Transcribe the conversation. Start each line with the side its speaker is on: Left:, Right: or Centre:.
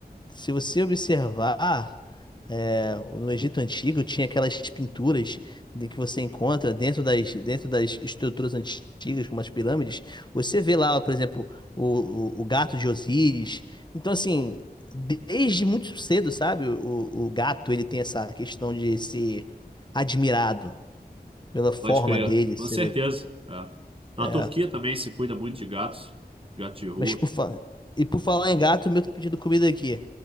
Left: Se você observar, é, no Egito Antigo tinha aquelas pinturas de que você encontra dentro das, dentro das estruturas antigas, como as pirâmides. Você vê lá, por exemplo, o, o, o gato de Osíris. Então, assim, desde muito cedo, sabe? O, o gato, ele tem essa questão de ser admirado pela forma
Right: Pode crer,
Left: dele,
Right: com certeza.
Left: pela,
Right: É. Na
Left: é.
Right: Turquia também se cuida muito de gatos, gato de rua.
Left: Mas por fa... E por falar em gato, o meu tá pedindo comida aqui.